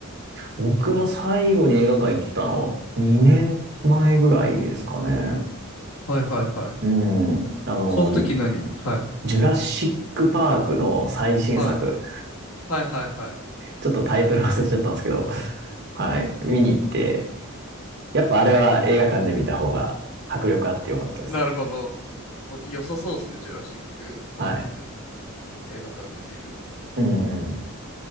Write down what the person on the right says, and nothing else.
僕も最後に映画館行ったの2年前ぐらいですかね。
うん。あの、
ジュラシックパークの最新作。
ちょっとタイトル忘れちゃったんですけど、<laughs> はい。見に行って、やっぱあれは映画館で見た方が迫力あってよかったですね。
はい。
うんうん。